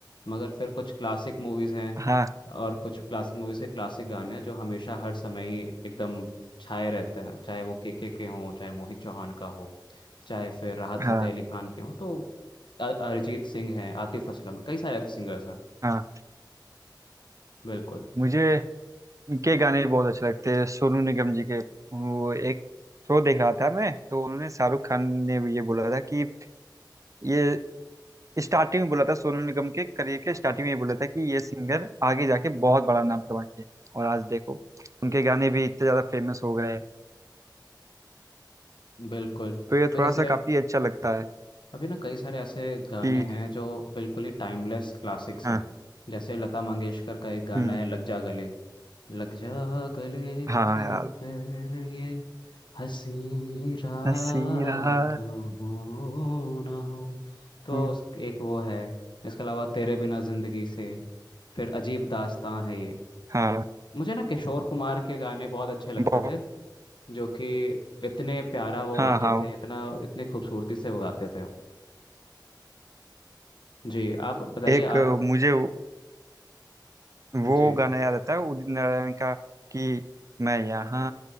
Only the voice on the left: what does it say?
मगर फिर कुछ क्लासिक मूवीज हैं
और कुछ क्लासिक मूवीज के क्लासिक गाने हैं जो हमेशा हर समय ही एकदम छाए रहते हैं चाहे वो के के के हों चाहे मोहित चौहान का हो चाहे फिर राहत फतेह
अली खान के हों तो अ- अरिजीत सिंह हैं आतिफ असलम है कई सारे ऐसे सिंगर्स हैं
बिल्कुल
बिल्कुल
भी
जैसे
अभी ना कई सारे ऐसे गाने
हैं जो बिल्कुल ही टाइमलेस क्लासिक्स
हैं जैसे लता मंगेशकर का एक गाना
है लग जा गले लग जा गले के
फिर ये हंसी रात
हो ना हो तो
उस एक वो है इसके अलावा तेरे बिना जिंदगी से फिर अजीब दास्तां है ये
मुझे ना किशोर कुमार के गाने बहुत अच्छे लगते
थे जो कि इतने प्यारा वो
गाते
थे इतना इतनी खूबसूरती से वो गाते थे जी आप बताइए
आप
जी